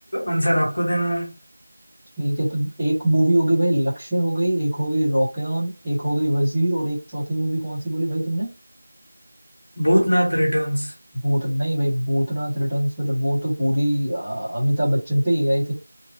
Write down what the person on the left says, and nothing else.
आंसर आपको देना है
भूतनाथ रिटर्न्स